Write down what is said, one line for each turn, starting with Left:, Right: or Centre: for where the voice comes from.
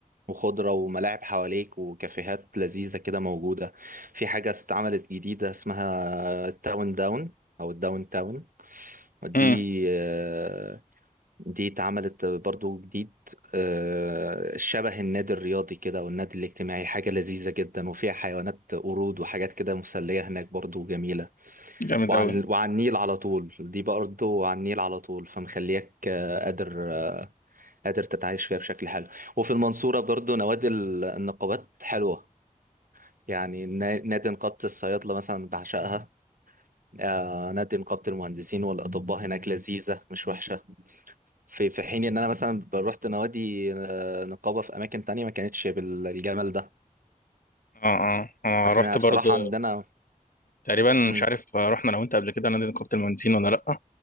Right: وخضرة وملاعب حواليك وكافيهات لذيذة كده موجودة في حاجة اتعملت جديدة اسمها التاون داون او الداون تاون دي
Left: امم
Right: آه، دي اتعملت برضو جديد آه، شبه النادي الرياضي كده والنادي الاجتماعي حاجة لذيذة جدا وفيها حيوانات قرود وحاجات كده مسلية هناك برضو جميلة
Left: جامد
Right: وعلى
Left: قوي
Right: وعلى النيل على طول دي برضه وعلى النيل على طول فمخليك آه، قادر آه، قادر تتعايش فيها بشكل حلو وفي المنصورة برضه نوادي ال- النقابات حلوة يعني نا- نادي نقابة الصيادلة مثلا بعشقها آه، نادي نقابة المهندسين والأطباء هناك لذيذة مش وحشة في في حين إن أنا مثلا روحت نوادي آه، نقابة في أماكن تانية ما كانتش بالجمال ده
Left: اه اه اه
Right: احنا
Left: رحت
Right: بصراحة
Left: برضو
Right: عندنا
Left: تقريبا
Right: مم،
Left: مش عارف آه، رحنا انا وانت قبل كده نادي نقابه المهندسين ولا لا